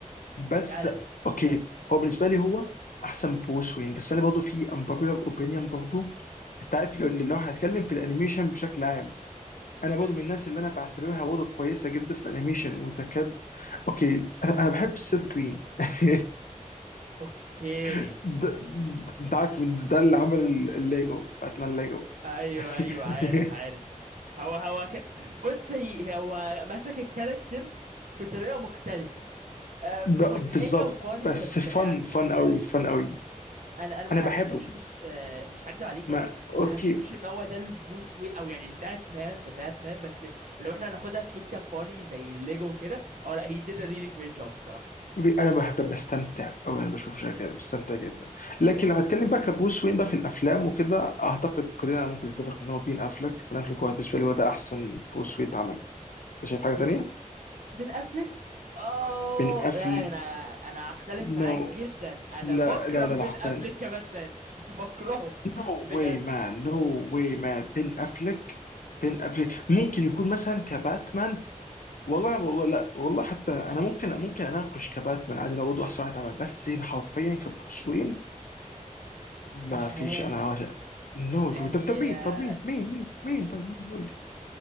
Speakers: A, on the left; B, on the right.
A: بس
B: فعلا
A: اوكي هو بالنسبه لي هو احسن بروس وين بس انا برضه في امبوبيلر اوبينيون برضه انت عارف لو لو هنتكلم في الانيميشن بشكل عام انا برضه
B: امم
A: من الناس اللي انا بعتبرها برضه كويسه جدا في الانيميشن وتكاد اوكي انا أنا بحب السيث جرين <laughs>
B: اوكي
A: ده ده- انت عارف مين ده اللي عمل ال- الليجو باتمان ليجو
B: ايوه
A: <laughs>
B: ايوه عارف عارف هو هو ك... بص هي- هو مسك الكاركتر بطريقه مختلفه آه،
A: ب-
B: مضحكه
A: بالظبط
B: وفاني
A: بس
B: بس
A: فن
B: يعني
A: فن قوي فن قوي
B: انا انا ما
A: انا
B: حسيتوش
A: بحبه
B: مش مش هكدب عليك
A: ما
B: يعني ما
A: اوكي
B: حسيتوش ان هو ده البروس وين او يعني الباتمان ذا باتمان بس لو احنا هناخدها في حته فاني زي الليجو كده اه لا هي did a really great job الصراحه
A: انا بحب بستمتع او انا بشوف شغال بستمتع جدا لكن لو هتكلم بقى كبروس وين بقى في الافلام وكده اعتقد كلنا ممكن نتفق ان هو بين افلك بين افلك هو بالنسبه لي هو ده احسن بروس وين اتعمل انت شايف حاجه
B: بن
A: تانية
B: بن افليك اوه
A: بن افل
B: لا، انا انا هختلف معاك
A: نو
B: جدا انا
A: لا
B: بكره
A: لا لا
B: <laughs> بن
A: لا حرفيا
B: افليك كباتمان <laughs> بكرهه
A: نو
B: بجد
A: واي مان نو واي مان بن افلك بن افلك ممكن يكون مثلا كباتمان والله والله لا والله حتى انا ممكن ممكن اناقش كباتمان عادي لو برضه احسن واحد عمل بس حرفيا كبروس وين ما
B: مش
A: فيش
B: عارف
A: انا نو
B: يعني
A: دو طب طب مين
B: آه،
A: طب مين مين مين مين طيب مين قول لي